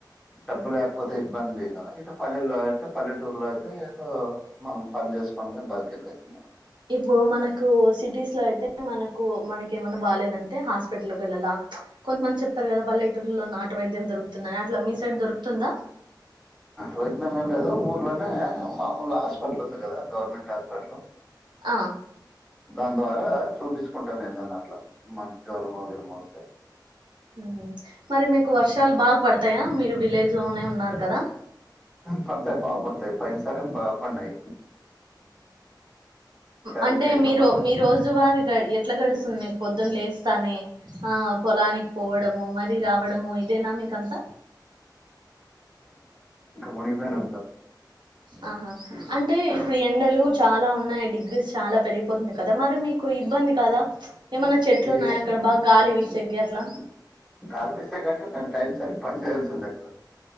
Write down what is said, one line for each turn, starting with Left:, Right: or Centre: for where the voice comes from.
Centre: డబ్బు లేకపోతే ఇబ్బంది కదా ఇటు పల్లెలో అయితే పల్లెటూర్లో అయితే ఏదో మనం పని చేసుకోని కానీ బతుకెక్కవుతుంది మనం
Right: ఇప్పుడు మనకు సిటీస్ లో అయితే మనకు మనకి ఏమన్నా బాగాలేదంటే హాస్పిటల్కి వెళ్ళాలా కొంతమంది చెప్తారు కదా పల్లెటూరులో నాటటు వైద్యం దొరుకుతుందని అట్లా మీ సైడ్ దొరుకుతుందా
Centre: వైద్యమ ఏం లేదు ఊర్లోనే మామూలు హాస్పిటల్ ఉంది కదా గవర్నమెంట్ హాస్పిటల్
Right: ఆ
Centre: దా ద్వార చూపించుకుంటాం ఏ దన్ని అట్లా మంచి జ్వర వగర మ <inaudible>
Right: ఉహ మరి మీకు వర్షాలు బాగా పడతాయా మీరు విలేజ్ లోనే ఉన్నారు కదా
Centre: పడతాయి బా పడుతాయి పైసర బ పన్నాయి
Right: అంటే
Centre: ఇంకా ఎట్లా
Right: మీరు
Centre: పడతాయి
Right: మీ రోజు వారు ఎట్లా గడుస్తున్నాయి పొద్దున్న లేస్తానే ఆ పొలానికి పోవడము మరి రావడము ఇదేనా మీక అంతా
Centre: మని పేనా
Right: ఆహా అంటే ఇప్పుడు ఎండలు చాలా ఉన్నాయి డిగ్రీస్ చాలా పెరిగిపోతుంది కదా మరి మీకు ఇబ్బంది కదా ఏమన్నా చెట్లు ఉన్నాయా
Centre: ఏ
Right: అక్కడ బాగా గాలి వీసే గేట్లా
Centre: కాల్ మీసా గంటే న టైమ్ సరి పజల్సిందకా